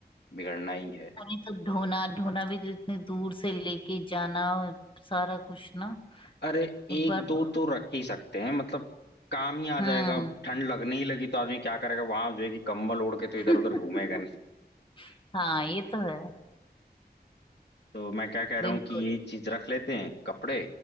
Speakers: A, on the left; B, on the left.
A: बिगड़ना ही है
B: अरे तो ढोना ढोना भी तो इतने दूर से लेके जाना सारा कुछ ना
A: अरे एक
B: एक बार तो,
A: दो तो रख ही सकते हैं मतलब काम ही आ जाएगा
B: हम्म
A: अब ठंड लगने ही लगी तो आदमी क्या करेगा वहां जो है कि कंबल ओढ़ के तो
B: <laughs>
A: इधर उधर घूमेगा नहीं
B: हाँ ये तो है
A: तो मैं क्या कह रहा
B: बिल्कुल
A: हूँ कि ये चीज रख लेते हैं कपड़े